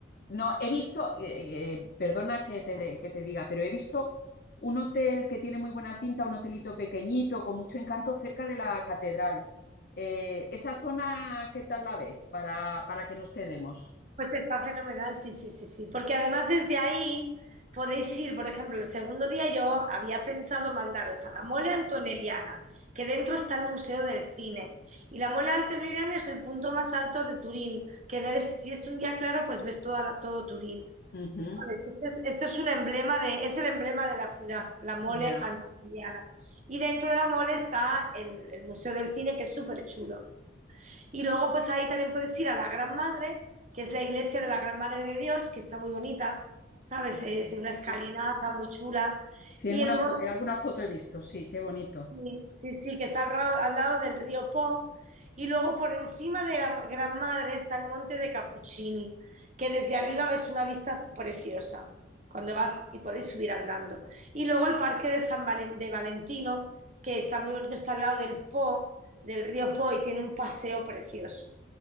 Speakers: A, on the left; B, on the right.
A: No, he visto, eh, eh, perdona que te, que te diga, pero he visto un hotel que tiene muy buena pinta, un hotelito pequeñito, con mucho encanto, cerca de la catedral. Eh, ¿esa zona qué tal la ves para, para que nos quedemos?
B: Pues está fenomenal, sí, sí, sí, sí. Porque además desde ahí podéis ir, por ejemplo, el segundo día yo había pensado mandaros a la Mole Antonelliana, que dentro está el Museo del Cine. Y la Mole Antonelliana es el punto más alto de Turín, que ves, si es un día claro, pues ves toda la- todo Turín.
A: Ujú.
B: ¿Sabes? Este es- esto es un emblema de, es el emblema de la ciudad, la Mole
A: Ya,
B: Antonelliana. Y dentro de la Mole está el, el Museo del Cine, que es súper chulo. Y luego, pues ahí también puedes ir a la Gran Madre, que es la iglesia de la Gran Madre de Dios, que está muy bonita, ¿sabes? Es una
A: sí,
B: escalinata muy chula.
A: sí,
B: Y
A: en una
B: el monte,
A: fo- en alguna foto he visto, sí, qué bonito.
B: sí, sí, sí, que está al, ra- al lado del río Po. Y luego por encima de la Gran Madre está el monte de Capuchini, que desde arriba ves una vista preciosa cuando vas y podéis subir andando. Y luego el parque de San Valen- de Valentino, que está muy bonito, está al lado del Po, del río Po y tiene un paseo precioso.